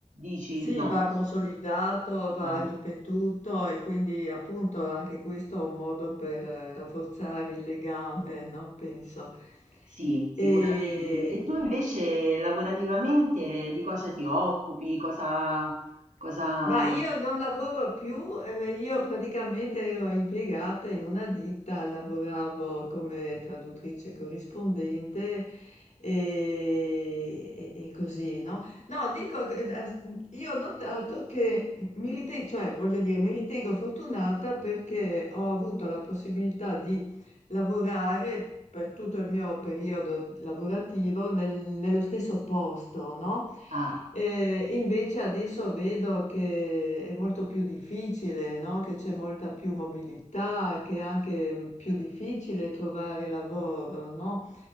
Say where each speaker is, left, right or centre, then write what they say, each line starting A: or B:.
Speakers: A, on the right (about 85°); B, on the left (about 65°).
A: Dici
B: Sì,
A: no.
B: va consolidato,
A: Esatto.
B: va ripetuto e quindi appunto anche questo è un modo per eh, rafforzare il legame, no? Penso.
A: Sì, sicuramente.
B: Sì. E,
A: E tu invece lavorativamente di cosa ti occupi? Cosa, cosa...
B: Ma io non lavoro più, eh, io praticamente ero impiegata in una ditta, lavoravo come traduttrice corrispondente e, e- e così, no? No, dico, che, eh, io ho notato che mi ritengo, cioè voglio dire, mi ritengo fortunata perché ho avuto la possibilità di lavorare per tutto il mio periodo lavorativo nel- nello stesso posto, no?
A: Ah,
B: Eh, invece adesso vedo che è molto più difficile, no? Che c'è molta più mobilità, che è anche più difficile trovare lavoro, no?